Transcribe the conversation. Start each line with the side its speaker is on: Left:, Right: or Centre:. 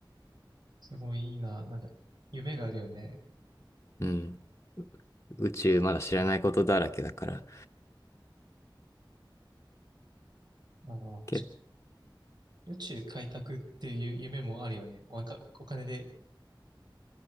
Right: すごいいいな。なんか、夢があるよね。
Left: うん。宇宙まだ知らないことだらけだから。
Right: あー
Left: け、
Right: 宇宙開拓っていう夢もあるよね。おか、お金で。